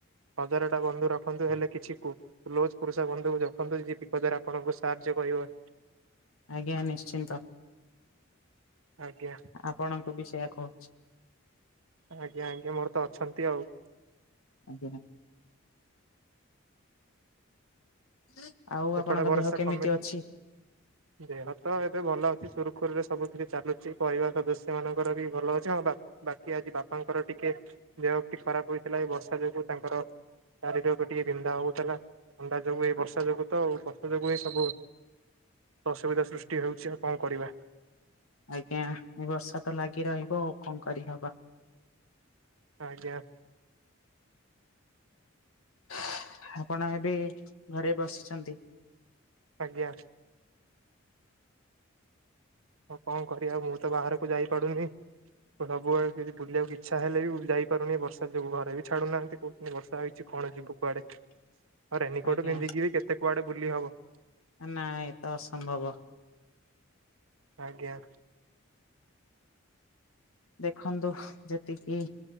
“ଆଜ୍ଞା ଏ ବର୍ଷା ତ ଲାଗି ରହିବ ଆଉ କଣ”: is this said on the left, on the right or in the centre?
Left